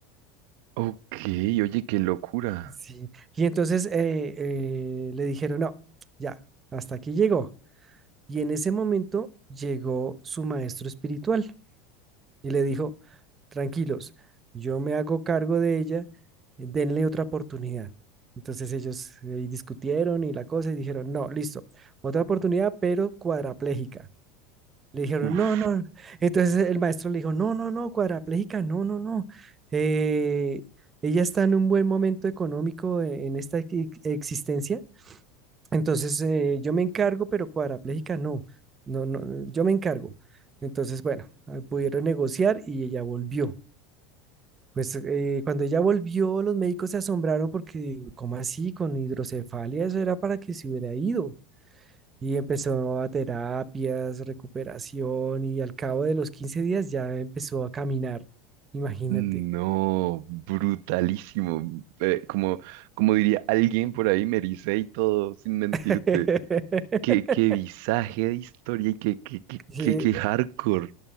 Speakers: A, on the right; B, on the right.
A: Ok. Oye, qué locura.
B: Sí. Y entonces eh, eh, le dijeron, no, ya, hasta aquí llegó. Y en ese momento llegó su maestro espiritual y le dijo, tranquilos, yo me hago cargo de ella, denle otra oportunidad. Entonces ellos eh, discutieron y la cosa y dijeron, no, listo, otra oportunidad, pero cuadraplégica. Le dijeron,
A: Uf.
B: no, no. Entonces el maestro le dijo, no, no, no, cuadrapléjica no, no, no. Eh, ella está en un buen momento económico e- en esta equi- existencia. Entonces eh, yo me encargo, pero cuadrapléjica no. No, no, yo me encargo. Entonces, bueno, ah, pudieron negociar y ella volvió. Pues eh, cuando ella volvió, los médicos se asombraron porque, ¿cómo así? Con hidrocefalia, eso era para que se hubiera ido. Y empezó a terapias, recuperación y al cabo de los 15 días ya empezó a caminar. Imagínate.
A: No, brutalísimo. Eh, como, como diría alguien por ahí, me ericé y todo, sin mentirte.
B: <laughs>
A: Qué, qué visaje de historia y qué, qué, qué,
B: Sí,
A: qué, qué hardcore.